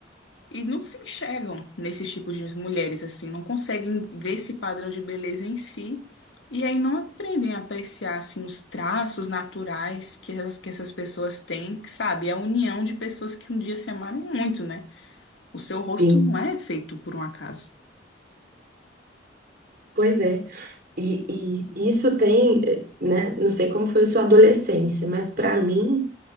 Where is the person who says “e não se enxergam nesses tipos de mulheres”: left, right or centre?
Left